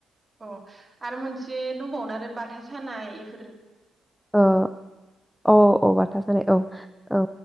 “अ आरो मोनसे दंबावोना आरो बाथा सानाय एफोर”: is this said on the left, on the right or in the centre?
Right